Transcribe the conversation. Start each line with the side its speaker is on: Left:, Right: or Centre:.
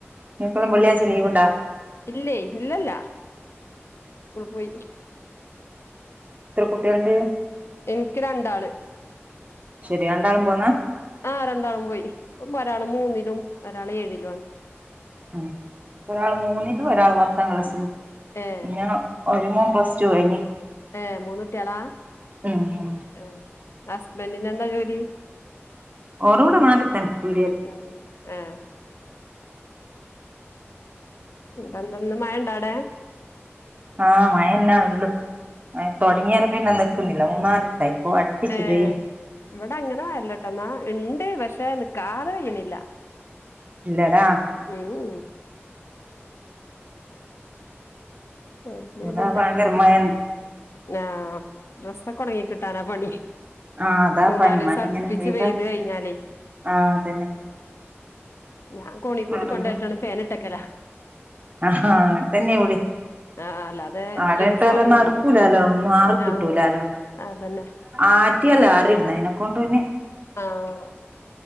Right: ഇങ്ങക്കെല്ലാം വെള്ളിയാഴ്ച്ച ലീവ് ഉണ്ട
Left: ഇല്ലേ ഇല്ലല്ല ഓൾ പോയി
Right: എത്ര കുട്ടികളുണ്ട്
Left: എനിക്ക് രണ്ടാള്
Right: ശരി രണ്ടാളും പോവുന്നാ
Left: ആഹ് രണ്ടാളും പോയി ഒരാൾ മൂന്നിലും ഒരാൾ ഏഴിലും ആണ്
Right: ഉം ഒരാൾ മൂന്നിലും ഒരാൾ പത്താം ക്ലാസ്സിലും
Left: ഏ
Right: പിന്നാ ഒരു മോൻ പ്ലസ് ടു കഴിഞ്ഞ്
Left: ഈഹ് മൂന്ന് കുട്ടിയളാ
Right: ഉം
Left: ഏഹ് ഹസ്ബന്റിന് എന്താ ജോലി
Right: ഒര് ഇവടെ നാട്ടിൽ തന്നെ പീടിയ
Left: ഉം ഏഹ് ഇവിടെന്താന്ന് മഴണ്ടോ അവിടെ
Right: ആഹ് മഴന്നെ ഉള്ളു മഴ തുടങ്ങിയാരെ പിന്നെ നിൽക്കുന്നില്ല മൂന്നാലിസ്സായി ഇപ്പൊ അടുപ്പിച്ചു
Left: ഏഹ്
Right: ഇതേയ്
Left: ഇവിടെ അങ്ങനെ മഴല്ലട്ടോ എന്നാ ഉണ്ട് പക്ഷെ നിക്കാതെ പെയ്യ്ണില്ല
Right: ഇല്ലാല
Left: ഉം വലിയതില്ല
Right: ഇവിടെ ഭയങ്കര മഴന്നെ
Left: ആഹ് ഡ്രസ്സൊക്കെ ഉണങ്ങി കിട്ടാനാ പണി
Right: ആഹ് അതാ
Left: മൂന്നാല്
Right: പണി
Left: ദിവസം
Right: മഴ
Left: അടുപ്പിച്ച്
Right: ഇങ്ങനെ പെയ്താല്
Left: പെയ്ത് കഴിഞ്ഞാല്
Right: ആഹ് അതന്നെ
Left: ഞാൻ കോണി കൂട്ട്
Right: വേറെന്താ
Left: കൊണ്ടയിട്ടാണ്ട് ഫേൻ ഇട്ടക്കല
Right: ആഹാ അങ്ങനെ തന്നെ ഇവിടിം
Left: ആഹ് അല്ലാതെ
Right: അടെ
Left: യൂണിഫോമും
Right: ഇട്ടല് നടക്കൂലാലോ മാറി കിട്ടൂലാലോ
Left: ആഹ് അതന്നെ
Right: ആറ്റിയല്ല ആറിയിട്ന്നെ അതിനെക്കൊണ്ട് പിന്നെ
Left: ആഹ്